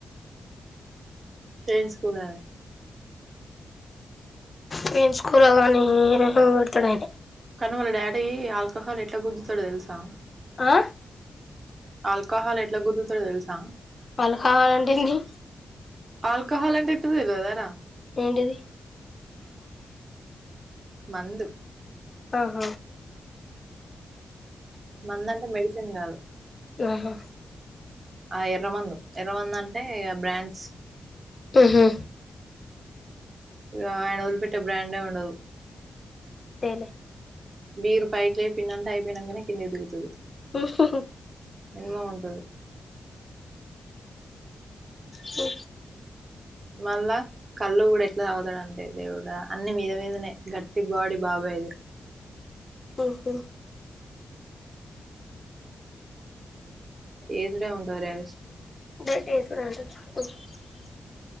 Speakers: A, on the right; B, on the left.
A: ట్రైన్ స్కూల్ద
B: పెన్ స్కూలో కాని పెడతాడయన
A: కానీ వాళ్ళ డాడీ ఆల్కహాల్ ఎట్లా గుద్దుతాడో తెల్సా
B: ఆ
A: అల్కాహాల్ ఎట్లా గుద్దుతాడో తెల్సా
B: ఆల్కాహలంటేంది
A: ఆల్కహాల్ అంటే ఏంటో తెలువదారా
B: ఏంటిది
A: మందు
B: అహ
A: మంద అంటే మెడిసిన్ కాదు
B: ఆహా
A: ఆ ఎర్ర మందు ఎర్ర మంద అంటే బ్రాండ్స్
B: మ్ హు
A: ఇగ ఆయనోదిల్పెట్ట బ్రాడ్ే ఉండదు
B: తెలే
A: బీరు పైకి లేపిండు అంటే అయిపోయినంకానే కిందికి దిగితది
B: ఉహుహు
A: మినిమమ్ ఉంటది
B: మ్
A: మళ్ళా కళ్ళు కూడా ఎట్లా తాగుతాడుంటే దేవుడా అన్ని మీద మీదనే గట్టి బాడీ బాబ య్ ది
B: మ్ హు
A: ఏసుడే ఉంటది డైరెక్ట్
B: ేట్సుడాంట